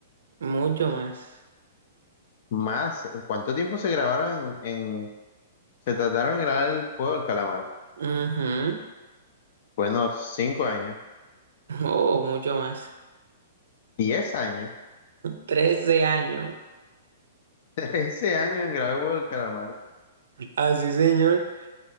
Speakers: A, on the right (about 80°); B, on the left (about 55°).
A: mucho más.
B: Más, ¿cuánto tiempo se grabaron en, en- se trataron de grabar el juego del calamar?
A: Ujú.
B: Bueno, cinco años,
A: Oh, mucho más.
B: diez años,
A: 13 años.
B: <laughs> trece años en grabar el juego del calamar.
A: Así, señor.